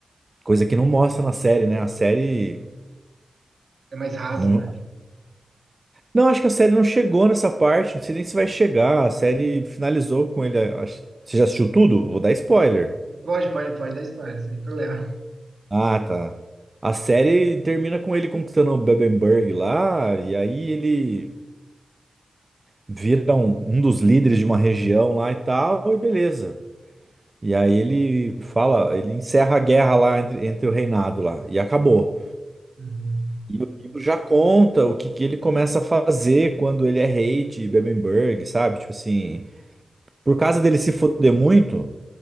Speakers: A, on the right; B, on the right.
A: coisa que não mostra na série, né? A série.
B: É mais raso,
A: Não,
B: né?
A: não acho que a série não chegou nessa parte. Não sei nem se vai chegar. A série finalizou com ele. acho- Você já assistiu tudo? Vou dar spoiler.
B: Pode, pode, pode dar spoiler, sem problema.
A: Ah, tá. A série termina com ele conquistando o Bebemberg lá, e aí ele vira um, um dos líderes de uma região lá e tal, e beleza. E aí ele fala, ele encerra a guerra lá entre, entre o reinado lá, e acabou.
B: Uhum.
A: E o livro já conta o que, que ele começa a fazer quando ele é rei de Bebemberg, sabe? Tipo assim, por causa dele se foder muito